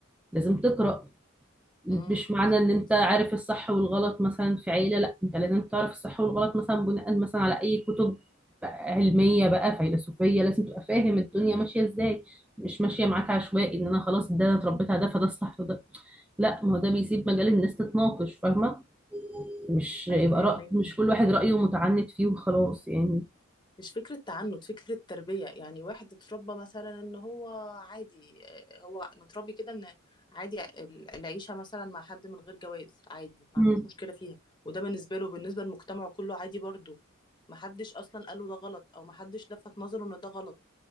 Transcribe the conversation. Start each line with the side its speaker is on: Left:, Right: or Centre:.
Centre: لازم تقرا مش
Left: امم
Centre: معنى
Left: فهمك
Centre: ان انت عارف الصح والغلط مثلا في عيلة لا انت لازم تعرف الصح والغلط مثلا بناء مثلا على اي كتب بقى علمية بقى فيلسوفية لازم تبقى فاهم الدنيا ماشية ازاي مش ماشية معاك عشوائي ان انا خلاص ده انا اتربيت على ده فده الصح وده لا ما هو ده بيسيب مجال الناس تتناقش فاهمة مش يبقى
Left: ايوه فهمك
Centre: رأي مش كل واحد رأيه متعنت فيه وخلاص يعني
Left: مش فكره تعنت فكره تربيه يعني واحد اتربى مثلا ان هو عادي آه، هو متربي كده ان عادي ال- العيشه مثلا مع حد من غير جواز عادي ما
Centre: مم.
Left: عندوش مشكله فيها وده بالنسبه له بالنسبه لمجتمعه كله عادي برضه ما حدش اصلا قال له ده غلط او ما حدش لفت نظره ان ده غلط